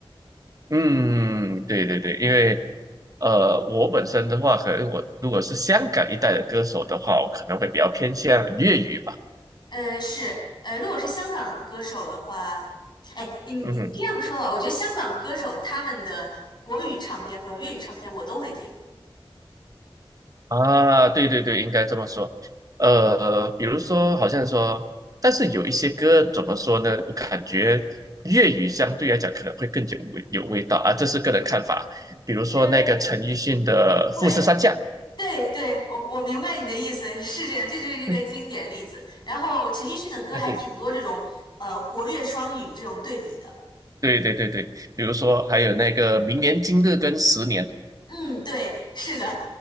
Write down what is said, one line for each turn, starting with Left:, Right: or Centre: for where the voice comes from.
Right: 嗯，对对对，因为呃，我本身的话，可能我如果是香港一带的歌手的话，我可能会比较偏向粤语吧。
Left: 呃，是，呃，如果是香港歌手的话，哎，你你这样说吧，
Right: 嗯
Left: 我觉得香港歌手他们的国语唱片和粤语唱片我都会听。
Right: 啊，对对对，应该这么说。呃，比如说，好像说，但是有一些歌怎么说呢？我感觉粤语相对来讲可能会更有味有味道啊，这是个人看法。比如说那个陈奕迅的《富士山下》，
Left: 嗯，会。对对，我我明白你的意思，是这样，这就是一个经典例子。
Right: 嗯，
Left: 然后陈奕迅的歌还挺多这种，
Right: <laughs>
Left: 呃，国乐双语这种对比的。
Right: 对对对对对对。比如说还有那个《明年今日》跟《十年》，
Left: 嗯，对，是的，